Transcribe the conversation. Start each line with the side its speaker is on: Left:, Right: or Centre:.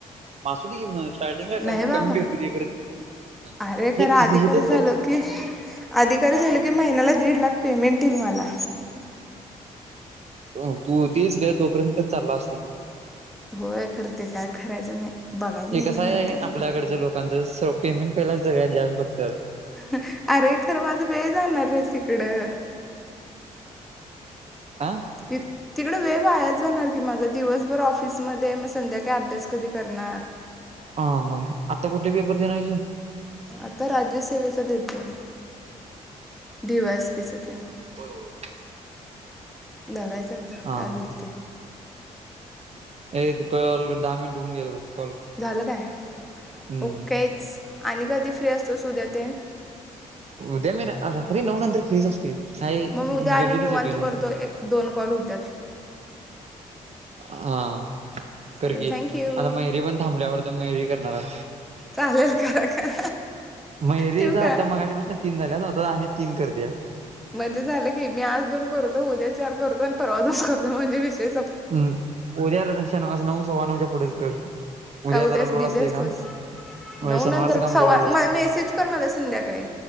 Right: आसुदी की मग स्टार्टिगला
Centre: नाही
Right: कम-
Centre: बाबा
Right: कमी भेटू दे खरं
Centre: अरे खरं
Right: हेच
Centre: अधिकारी
Right: तिझं हितचं
Centre: झालो
Right: तर चुकतयं.
Centre: की अधिकारी झालं की, महिन्याला दीड लाख पेमेंट येईल मला.
Right: तो तु तेच ग तोपर्यंत तर चाललं असतं की,
Centre: होय, खरं ते काय खय्राच नाही. बघायचं
Right: हे
Centre: म्हणलं
Right: कसं आहे,
Centre: नंतर ना
Right: आपल्या कडच्या लोकांच स पेमेंट पहिला सगळ्यात जास्त बघत्यात.
Centre: अह अरे! खरं माझा वेळ जाणार रे तिकडं.
Right: आ
Centre: कित तिकड वेळ वायाचं जाणार की माझा, दिवसभर ऑफिसमध्ये मग संध्याकाळी अभ्यास कधी करणार?
Right: हा होय, आता कुठे पेपर देणार हायस तु?
Centre: आता राज्यसेेवेचा देतोय, डीवाय एस पी चा तेन.
Right: होय होय.
Centre: बघायचं आता
Right: हा
Centre: काय होईल ते?
Right: ये ते काँल दहा मिनट होऊन गेले, बघ. कॉल
Centre: झालं काय
Right: हम्म
Centre: ओकेचं! आणि कधी फ्री असतोस उद्या तेन?
Right: उद्या मी रात्री नऊ नंतर फ्रीचं असतोयं, काय
Centre: मी उद्या आणि
Right: गल्लीतचं
Centre: निवांत
Right: येतोयं नऊन
Centre: करतो एक दोन कॉल होत्यात.
Right: हा हा करकी
Centre: चालेल थँक्यू
Right: आता मैरी पण थांबल्या वाडतं मैरी पण करणार हाय.
Centre: चालेल करा का
Right: मैरीेचा
Centre: ठेवू का
Right: आता मगच पासन तीन झाल्यात, आता आणि तीन करत्या.
Centre: म्हणजे झालं की, मी आज दोन करतो उद्या चार करतो आणि परवा दोन करतो म्हणजे विषय सं
Right: हम उद्या र- शनवारचं नऊ सव्वा नवच्या पुढंच करं. उद्या
Centre: का उद्यास
Right: जरा लोड
Centre: बिझी
Right: असतयं
Centre: असतोस
Right: काम. होय
Centre: नऊ
Right: शनिवारचं
Centre: नंतर
Right: काम
Centre: सव्वा-
Right: लय लोड असते
Centre: मेसेज कर मला संध्याकाळी.